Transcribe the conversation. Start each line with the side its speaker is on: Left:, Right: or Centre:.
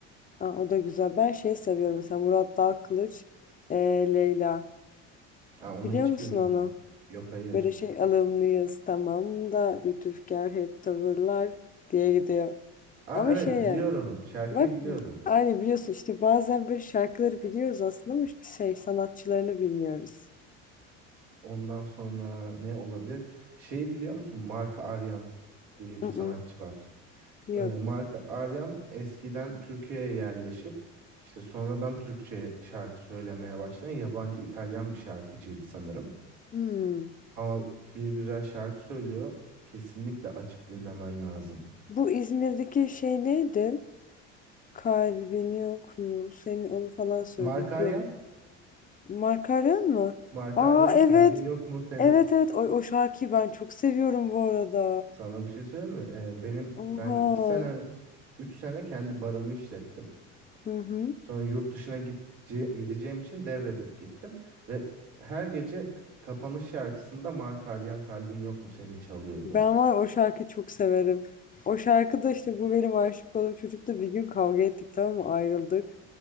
Left: Aa, o da güzel. Ben şey seviyorum mesela Murat Dalkılıç e, Leyla.
Right: Ha, onu
Left: Biliyor
Right: hiç
Left: musun
Right: bilmiyorum.
Left: onu?
Right: Yok hayır.
Left: Böyle şey alımlıyız tamam da lütufkar hep tavırlar diye gidiyor.
Right: Aa,
Left: Ama
Right: evet
Left: şey
Right: biliyorum.
Left: yani
Right: Şarkıyı
Left: bak
Right: biliyorum.
Left: aynı biliyorsun işte bazen böyle şarkıları biliyoruz aslında ama şey sanatçılarını bilmiyoruz.
Right: Ondan sonra ne olabilir? Şeyi biliyor musun? Mark Aryan diye bir
Left: Mm-mm,
Right: sanatçı var.
Left: yok.
Right: Ee, Mark Aryan eskiden Türkiye'ye yerleşip işte sonradan Türkçe şarkı söylemeye başlayan yabancı İtalyan bir şarkıcıydı sanırım.
Left: Hmm.
Right: Ama bir güzel şarkı söylüyor. Kesinlikle açıp dinlemen lazım.
Left: Bu İzmir'deki şey neydi? Kalbin yok mu? Senin onu falan söylüyor.
Right: Mark Aryan,
Left: Yok. Makaryon mu?
Right: Mark
Left: Aa
Right: Aryan, kalbin
Left: evet.
Right: yok mu senin?
Left: Evet evet. O, o şarkıyı ben çok seviyorum bu arada.
Right: Sana bir şey söyleyeyim mi? Ee, benim
Left: Oha.
Right: ben iki sene 3 sene kendi barımı işlettim.
Left: Hı hı.
Right: Sonra yurt dışına gidece- gideceğim için devredip gittim. Ve her gece k- kapanış şarkısında Mark Aryan Kalbin Yok Mu Senin çalıyordum.
Left: Ben var ya o şarkıyı çok severim. O şarkıda işte bu benim aşık olduğum çocukla bir gün kavga ettik tamam mı ayrıldık.